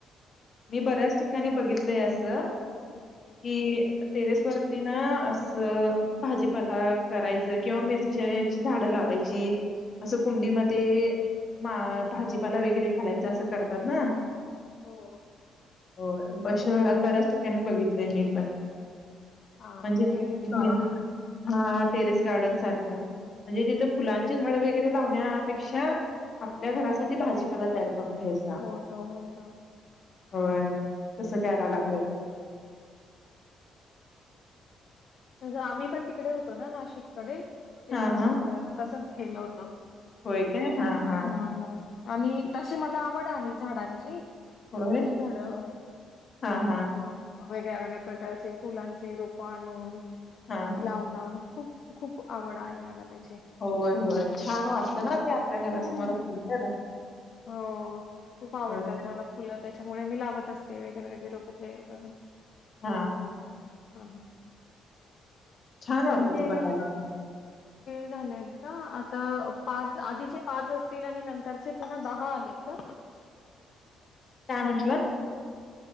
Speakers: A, on the left; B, on the left.
A: मी बऱ्याच ठिकाणी बघितलय असं. की
B: हं,
A: टेरेस वरती ना असं भाजीपाला करायचं किंवा मिरच्याची झाडं लावायची असं कुंडीमध्ये मा भाजीपाला वगैरे घालायचं असं करतात ना?
B: हो.
A: हो ब शहरात बऱ्याच ठिकाणी बघितलय मी पण.
B: हा
A: म्हणजे
B: टेरिस
A: हे
B: गार्डन आहे.
A: हा टेरेस गार्डन सारखं म्हणजे तिथं फुलांची झाड वगैरे लावण्यापेक्षा आपल्या घरासाठी भाजीपाला तयार करून घ्यायचा
B: होतो होतो.
A: होय. तसं कयरा लागलेत.
B: तसं आम्ही पण तिकडे होतो ना नाशिककडे, तेव्हा
A: हा
B: तस
A: हा
B: तसच केलं होत
A: होय काय हा हा
B: हम आणि तशी मला आवड आहे झाडांची. -
A: होय
B: फुलझाड
A: हा
B: हे,
A: हा
B: वेगळ्या वेगळ्या प्रकारचे फुलांचे रोप आणून
A: हा हा
B: लावण खूप खूप आवड आहे मला त्याची
A: होय होय होय. छान वाटतं
B: हम्म हम्म
A: ना ते आपल्या घरासमोर
B: हा हम्म्म
A: असतील तर
B: हो खूप आवडतात
A: हो
B: मला फुलं, त्यामुळे मी लावत असते वेगळे वेगळे रोप तयार करून,
A: हा
B: हा हा
A: छान वाटतं
B: तुमचे
A: ते बघायला
B: हे
A: पण
B: झाले आहेत का आ, पाच आधी, पाच असतील आणि नंतर, चे पुन दहा आलेत का
A: काय म्हटला,